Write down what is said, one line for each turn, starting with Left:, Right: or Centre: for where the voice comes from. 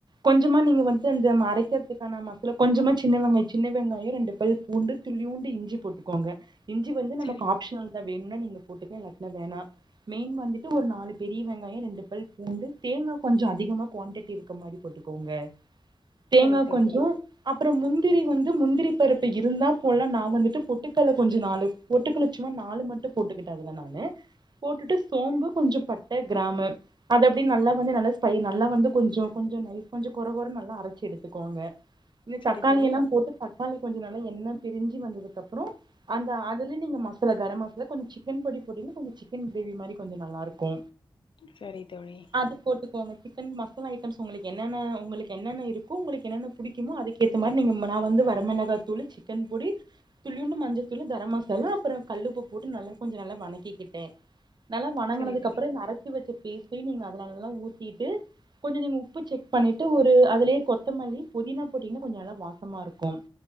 Right: கொஞ்சமா நீங்க வந் து அந்த மரைக்கிறதுக்கான மசாலா கொஞ்சமா சின்ன வெங்காய் சின்ன வெங்காயோ ரெண்டு பல் பூண்டு துளியூண்டு இஞ்சி போட்டுக்கோங்க இஞ்சி வந்து நமக்கு
Left: சரி
Right: ஆப்ஷ்னல் தா வேணுனா நீங்க போட்டுக்லா இல்லாட்னா வேணா மெயின் வந்துட்டு ஒரு நாலு பெரிய வெங்காயோ ரெண்டு பல் பூண்டு தேங்கா கொஞ்சோ அதிகமா குவான்டிட்டி இருக்க மாரி போட்டுக்கோங்க தேங்கா
Left: சரி தோழி
Right: கொஞ்சோ அப்பறோ முந்திரி வந்து முந்திரி பருப்பு இருந்தாப் போல்லா நா வந்துட்டு பொட்டுக்கல்ல கொஞ்சோ நாலு பொட்டுக்கல்ல சும்மா நாலு மட்டு போட்டுக்கிட்ட அதுல நானு போட்டுட்டு சோம்பு கொஞ்சோ பட் ட கிராமு அது அப்டி நல்லா வந்து நல்லா ஸ்பை நல்லா வந்து கொஞ்சோ கொஞ்சோ நைஸ் கொஞ்சோ கொற கொறன்னு நல்லா அரச்சி எடுத்துக்கோங்க இந்த
Left: சரி
Right: தக்காளி
Left: தோழி
Right: எல்லா போட்டு தக்காளி கொஞ்சோ நல்லா எண்ண பிரிஞ்சு வந்ததுக்கப்றோ அந்த அதுலே நீங்க மசாலா கரம் மசாலா கொஞ்சோ சிக்கன் பொடி போட்டிங்னா கொஞ் சிக்கன் கிரேவி மாரி கொஞ்சோ நல்லாருக்கு
Left: சரி தோழி
Right: அது போட்டுக்கோங்க சிக்கன் மசலா ஐட்டம்ஸ் உங்களுக்கு என்னென்ன உங்களுக்கு என்னென்ன இருக்கோ உங்களுக்கு என்னென்ன புடிக்குமோ அதுக் கேத்த மாரி நீங்க ம நா வந்து வரமெளகாத் தூளு சிக்கன் பொடி துளியூண்டு மஞ்சத்தூளு கரம் மசாலா அப்றோ கல்லுப்பு போட்டு நல்லா கொஞ்சோ நல்லா வணக்கிக் கிட்ட நல்லா வணங்குனதுக்கு
Left: சரி தோழி
Right: அப்பறோ இந்த அரச்சி வச்ச பேஸ்ட்டையு நீங்க அது நல்லா ஊத்திட்டு கொஞ்சொ நீங்க உப்பு செக் பண்ணிட்டு ஒரு அதுலேயே கொத்தமல்லி புதினா போட்டீங்ன்னா கொஞ்சோ நல்லா வாசமா இருக்கும்